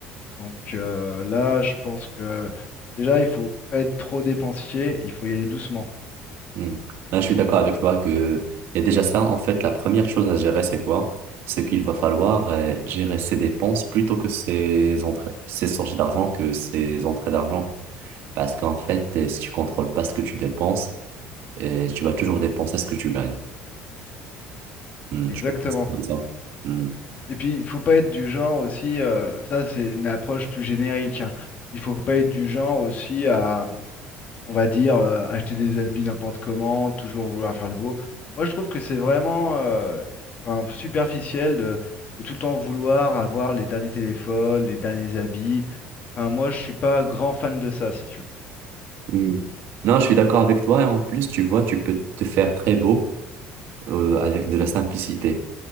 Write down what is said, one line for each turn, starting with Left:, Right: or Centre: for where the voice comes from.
Left: Donc euh, là, je pense que déjà, il faut pas être trop dépensier, il faut y aller doucement.
Right: Hmm. Là, je suis d'accord avec toi que il y a déjà ça. En fait, la première chose à gérer, c'est quoi? C'est qu'il va falloir euh, gérer ses dépenses plutôt que ses entrées, ses sorties d'argent que ses entrées d'argent. Parce qu'en fait, euh, si tu contrôles pas ce que tu dépenses, euh, tu vas toujours dépenser ce que tu gagnes. Hmm,
Left: Exactement.
Right: tu vas penser comme ça. Hmm.
Left: Et puis, il faut pas être du genre aussi, euh, ça c'est une approche plus générique, hein. Il faut pas être du genre aussi à, on va dire, euh, acheter des habits n'importe comment, toujours vouloir faire le beau. Moi, je trouve que c'est vraiment euh, enfin, superficiel de, de tout le temps vouloir avoir les derniers téléphones, les derniers habits. Enfin, moi, je suis pas grand fan de ça, si tu veux.
Right: Hmm. Non, je suis d'accord avec toi. Et en plus, tu vois, tu peux te faire très beau. euh, avec de la simplicité.